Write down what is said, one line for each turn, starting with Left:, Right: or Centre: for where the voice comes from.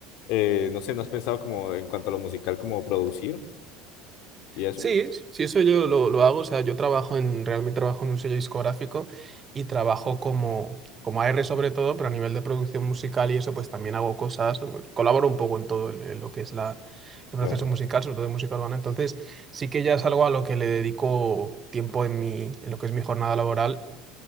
Left: eh, no sé, ¿no has pensado como en cuanto a lo musical, como producir y eso?
Right: Sí, sí, eso yo lo, lo hago. O sea, yo trabajo en, realmente trabajo en un sello discográfico y trabajo como, como A R sobre todo, pero a nivel de producción musical y eso, pues también hago cosas, pues, colaboro un poco en todo en, en lo que es la, el proceso
Left: Claro.
Right: musical, sobre todo de música urbana. Entonces, sí que ya es algo a lo que le dedico tiempo en mi, en lo que es mi jornada laboral